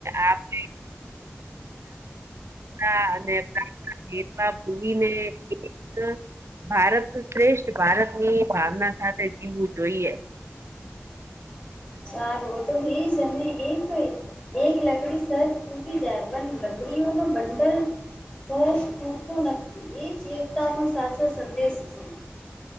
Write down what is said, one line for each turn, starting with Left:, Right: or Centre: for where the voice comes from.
Right: આપ <inaudible> હા, અને પ્રાર્થના ભેદમાં ભૂલીને એક ભારત શ્રેષ્ઠ ભારત ની ભાવના સાથે જીવવું જોઈએ.
Left: સારું તો હિજ એજ કરે. એક લકડી સજ તૂટી જાય, પણ લકડીઓનો બંડલ સહજ તુટતો નથી એ જ એકતાનો સાચો સંદેશ છે.